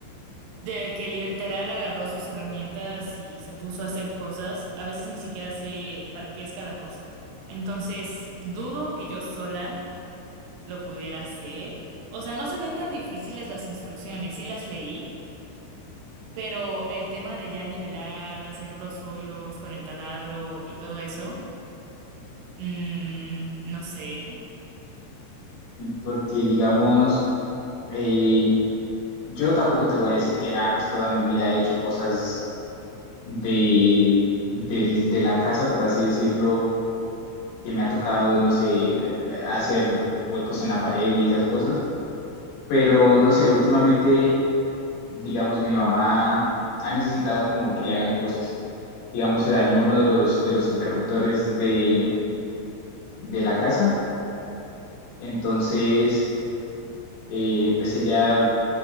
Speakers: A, on the right; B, on the left.
A: de que literal agarró sus herramientas y se puso a hacer cosas, a veces ni siquiera sé para qué es cada cosa. Entonces, dudo que yo sola lo pudiera hacer. O sea, no se ven tan difíciles las instrucciones, sí las leí, pero el tema de ya nivelar, hacer los hoyos con el taladro y todo eso, mm, no sé.
B: Porque digamos, eh, yo tampoco te voy a decir que, ah, pues toda mi vida he hecho cosas de, del- de la casa, por así decirlo, que me ha tocado, no sé, hacer huecos en la pared y esas cosas Pero no sé, últimamente, digamos, mi mamá ha necesitado como que le hagan cosas. Digamos, se dañó uno de los, de los interruptores de, de la casa. Entonces, eh, pues ella,